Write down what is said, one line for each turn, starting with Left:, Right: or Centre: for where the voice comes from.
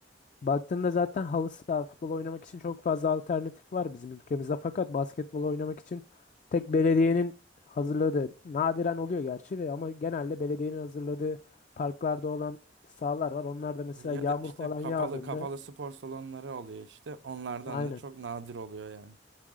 Left: baktığında zaten halı saha futbol oynamak için çok fazla alternatif var bizim ülkemizde. Fakat basketbol oynamak için tek belediyenin hazırladığı nadiren oluyor gerçi de ama genelde belediyenin hazırladığı parklarda olan sahalar var. Onlar da mesela
Right: Ya
Left: yağmur
Right: da işte
Left: falan
Right: kapalı
Left: yağdığında
Right: kapalı spor salonları oluyor işte. Onlardan
Left: aynen.
Right: da çok nadir oluyor yani.